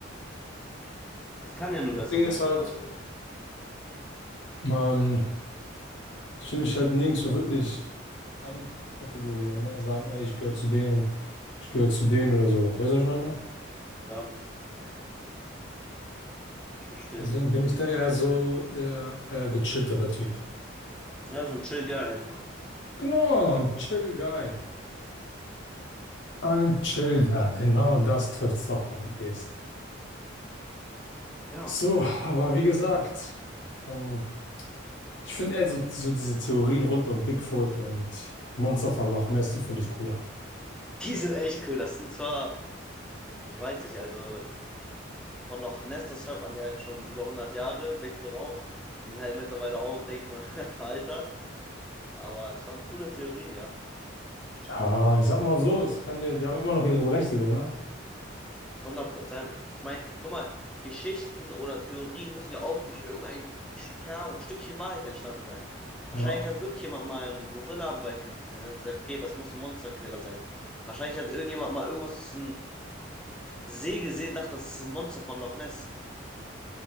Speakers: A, in the centre; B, on the left.
A: Es kann ja nur
B: Das
A: besser
B: Ding
A: sein,
B: ist halt,
A: quasi.
B: man, ich will mich halt nirgendwo wirklich einkategorieren, ne? Sagen, ey, ich gehöre zu denen, ich gehöre zu denen oder sowas. Weißt du, was ich meine?
A: Ja, ich verstehe.
B: Deswegen bin ich da eher so der eher gechilltere Typ.
A: Ja, so ein Chill Guy einfach.
B: Genau, ein Chill Guy. Ein Chill Guy, genau das trifft's doch am ehesten.
A: Ja.
B: So, aber wie gesagt, von Ich finde eher so, so diese Theorien rund um Bigfoot und Monster von Loch Ness, die finde ich cooler.
A: <laughs> Die sind echt cool. Das sind zwar, ich weiß nicht, also von Loch Ness, das hört man ja jetzt schon über 100 Jahre, Bigfoot auch. Die sind halt mittlerweile auch, denke ich mal, <laughs> veraltert. Aber es waren coole Theorien, ja.
B: Ja, ich sag mal so, es kann ja, die haben immer noch ihre Berechtigung, ne?
A: 100 Prozent. Ich meine, guck mal, Geschichten oder Theorien müssen ja auch durch irgendein, keine Ahnung, Stückchen Wahrheit entstanden sein. Wahrscheinlich
B: Ja,
A: hat wirklich jemand mal einen Gorilla im Wald gesehen und hat gesagt, okay, das muss ein Monsterkiller sein. Wahrscheinlich hat irgendjemand mal irgendwas, das ist ein See gesehen, dachte, das ist ein Monster von Loch Ness.